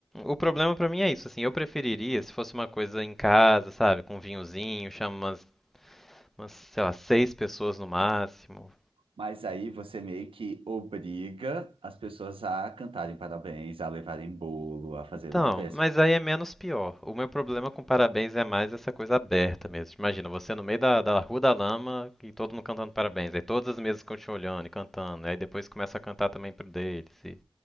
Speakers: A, in the centre; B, on the right.
A: o problema pra mim é isso, assim, eu preferiria se fosse uma coisa em casa, sabe, com um vinhozinho, chama umas, umas, sei lá, seis pessoas no máximo.
B: Mas aí você meio que obriga as pessoas a cantarem parabéns, a levarem bolo, a fazer
A: Então,
B: uma festa.
A: mas aí é menos pior. O meu problema com parabéns é mais essa coisa aberta mesmo. Imagina, você no meio da, da Rua da Lama e todo mundo cantando parabéns. Aí todas as mesas ficam te olhando e cantando. Aí depois começa a cantar também pro deles. E